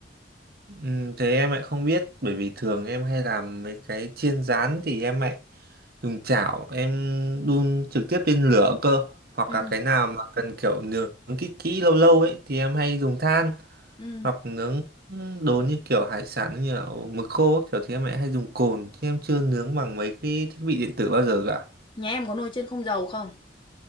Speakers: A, on the right; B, on the left.
A: Ừ, thế em lại không biết bởi vì thường em hay làm mấy cái chiên rán thì em lại dùng chảo em đun trực tiếp lên lửa cơ hoặc
B: Ừ.
A: là cái nào mà cần kiểu nướng kỹ kỹ lâu lâu ấy thì em hay dùng than
B: Ừ.
A: hoặc nướng đồ như kiểu hải sản như là mực khô ấy, kiểu thì em lại hay dùng cồn chứ em chưa nướng bằng mấy cái thiết bị điện tử bao giờ cả
B: Nhà em có nồi chiên không dầu không?